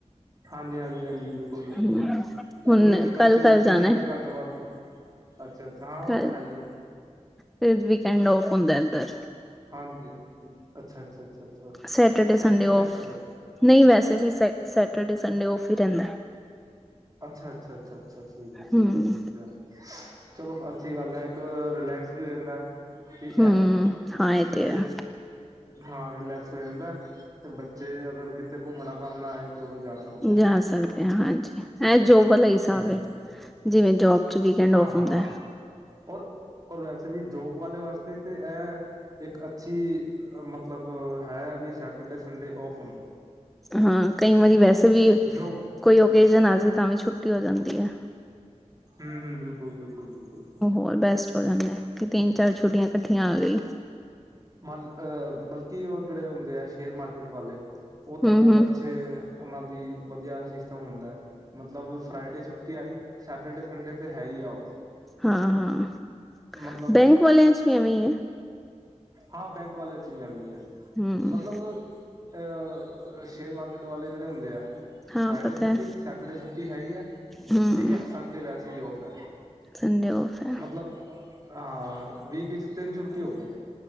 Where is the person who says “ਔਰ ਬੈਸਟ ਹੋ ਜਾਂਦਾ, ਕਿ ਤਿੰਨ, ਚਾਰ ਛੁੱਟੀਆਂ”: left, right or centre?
Centre